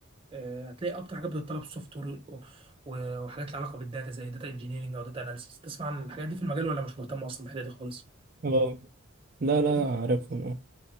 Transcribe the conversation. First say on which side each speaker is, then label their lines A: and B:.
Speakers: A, on the right; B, on the right.
A: آه، هتلاقي اكتر حاجات بتتطلب سوفت وير وحاجات لها علاقه بالداتا زي داتا انجينيرنج او داتا اناليسيس تسمع عن الحاجات دي في المجال ولا مش مهتم اصلا بالحته دي خالص
B: اه لا لا
A: إيه؟
B: عارفهم